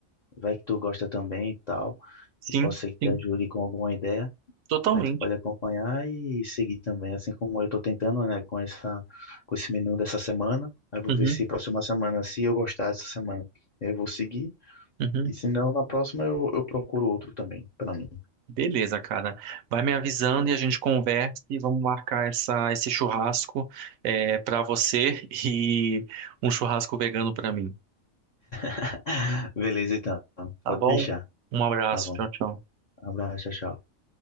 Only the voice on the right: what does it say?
Sim,
sim.
Totalmente.
Uhum,
uhum.
Beleza, cara. Vai me avisando e a gente conversa e vamos marcar essa, esse churrasco é, para você <laughs> e um churrasco vegano para mim.
Tá
bom?
Um abraço.
Tchau, tchau.